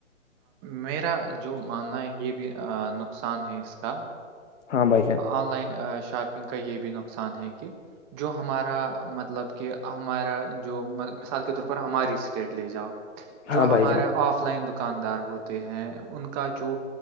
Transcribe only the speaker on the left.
ہاں بھائی جان
ہاں
بھائی جان